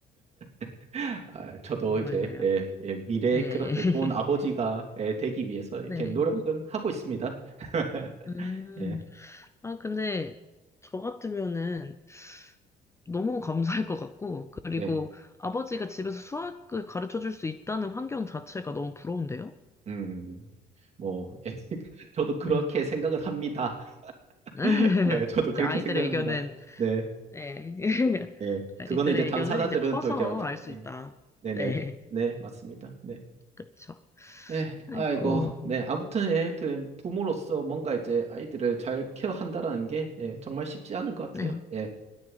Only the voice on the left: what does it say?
정말로요.
네.
<laughs>
네네.
음.
아, 근데 저 같으면은 너무 감사할 것 같고, 그리고
아버지가 집에서 수학을 가르쳐 줄 수 있다는 환경 자체가 너무 부러운데요?
네.
<laughs>
이제
아이들의
의견은,
네. <laughs>
아이들의
의견은 이제 커서
알 수
있다.
네.
그쵸.
아이고.
네.